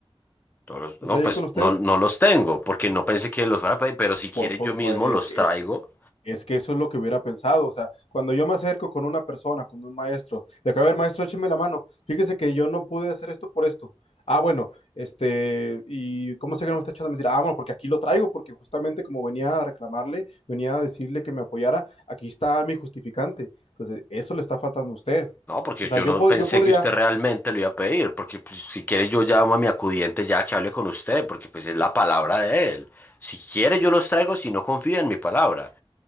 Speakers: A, on the left; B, on the left.
A: Todos los-
B: los
A: no,
B: trae
A: pues
B: ahí con usted.
A: no, no los tengo, porque no pensé que los fuera a pedir, pero si quiere
B: Por- por-
A: yo mismo
B: por- es
A: los
B: que
A: traigo.
B: es, Es que eso es lo que hubiera pensado. O sea, cuando yo me acerco con una persona, con un maestro, de acá, a ver, maestro, écheme la mano. Fíjese que yo no pude hacer esto por esto. Ah, bueno, este, ¿y cómo sé que no me está echando mentira? Ah, bueno, porque aquí lo traigo, porque justamente como venía a reclamarle, venía a decirle que me apoyara, aquí está mi justificante. Entonces, eso le está faltando a usted.
A: No, porque
B: O sea,
A: yo
B: yo,
A: no
B: po-
A: pensé
B: yo podría,
A: que usted realmente lo iba a pedir, porque pues, si quiere yo llamo a mi acudiente ya que hable con usted, porque pues es la palabra de él. Si quiere yo los traigo, si no confía en mi palabra.